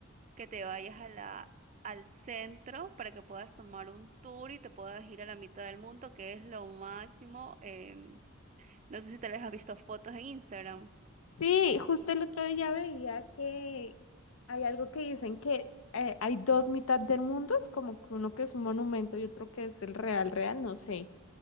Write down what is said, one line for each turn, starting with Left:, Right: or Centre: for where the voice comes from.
Right: que te vayas a la, al centro para que puedas tomar un tour y te puedas ir a la mitad del mundo, que es lo máximo. em, no sé si te les has visto fotos en Instagram.
Left: Sí, justo el otro día veía que hay algo que dicen que eh, hay dos mitad del mundo, es como que uno que es un monumento y otro que es el real, real, no sé.